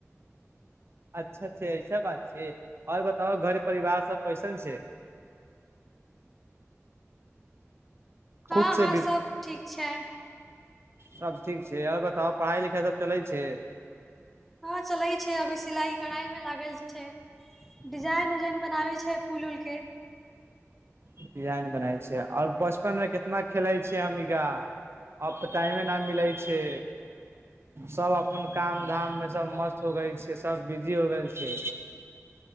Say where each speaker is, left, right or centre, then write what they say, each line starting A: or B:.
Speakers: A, on the right; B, in the centre.
A: अच्छा अच्छा ऐसा बात छै आओर बताब घर परिवार सब कैसन छै खुद
B: हँ
A: से
B: हँ
A: भी
B: सभ ठीक छै
A: सब ठीक छै आओर बताउ पढ़ाई लिखाइ सब चलै छै
B: हँ चलै छै अभी सिलाई कड़ाइ मे लागल छै डिजाइन उजाइन बनाबै छै फूल उलके
A: डिजाइन बनाय छै आओर बचपन मे कितना खेलै छै हमिका अब तऽ टाइमे न मिलै छै सब अपन काम धाम मे सब मस्त हो गैल छै सब बिजी हो गैल छै